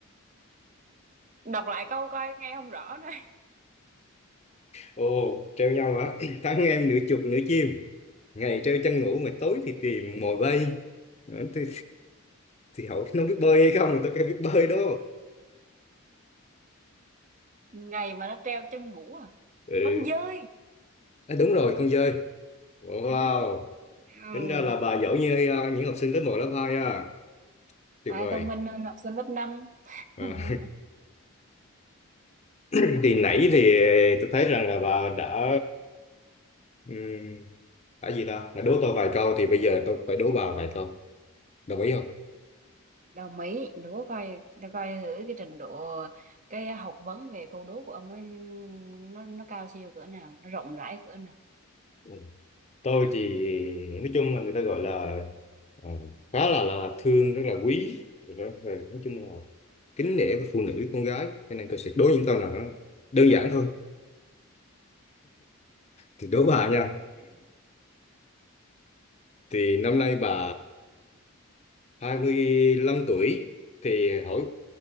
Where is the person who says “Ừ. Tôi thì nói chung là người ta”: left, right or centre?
Left